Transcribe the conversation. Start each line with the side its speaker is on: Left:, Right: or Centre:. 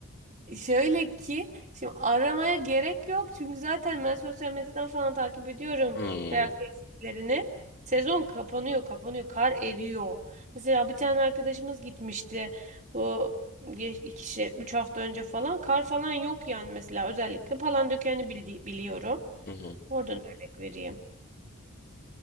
Right: Şöyle ki şimdi aramaya gerek yok çünkü zaten ben sosyal medyadan falan takip ediyorum
Left: Hmm,
Right: kayak tesislerini. Sezon kapanıyor, kapanıyor, kar eriyor. Mesela bir tane arkadaşımız gitmişti bu geç- iki işte üç hafta önce falan kar falan yok yani mesela özellikle Palandöken'i bildi biliyorum.
Left: hı hı.
Right: Oradan örnek vereyim.